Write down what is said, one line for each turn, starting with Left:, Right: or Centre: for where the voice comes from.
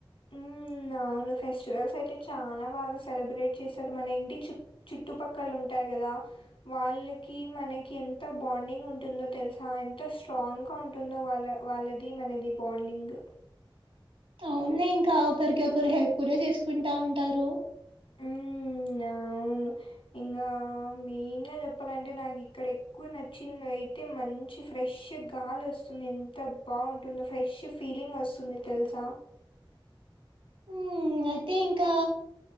Left: ఉ అవును ఫెస్టివల్స్ అయితే చానా బాగా సెలబ్రేట్ చేశారు మన ఇంటి చు చుట్టుపక్కల ఉంటారు గదా వాళ్ళకి మనకి ఎంత బాండింగ్ ఉంటుందో తెలుసా ఎంత స్ట్రాంగ్ గా ఉంటుందో వాళ్ళ వాళ్ళది మనది బాండింగ్
Right: అవున్లే ఇంకా ఒకరికి ఒకరు హెల్ప్ కూడా చేసుకుంటా ఉంటారు
Left: హ్మ్ అవును ఇంగా మెయిన్ గా చెప్పాలంటే నాకు ఇక్కడ ఎక్కువ నచ్చింది అయితే మంచి ఫ్రెష్ గాలి వస్తుంది ఎంత బాగుంటుందో ఫ్రెష్ ఫీలింగ్ వస్తుంది తెలుసా
Right: ఉ అయితే ఇంకా